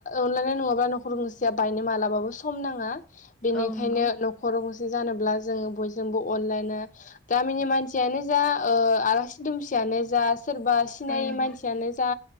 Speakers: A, on the left; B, in the centre.
A: अनलायनाय नङाब्ला न'खर गंसेया बायनो मालाबाबो सम नाङा। बेनिखायनो
B: औ नंगौ
A: न'खर गं जानोब्ला जों बयजोंबो अनलायनो गामिनि मानसियानो जा ओ आलासि दुमसियानो जास्ट। सोरबा सिनायै
B: औ नंगौ
A: मानसियानो जा।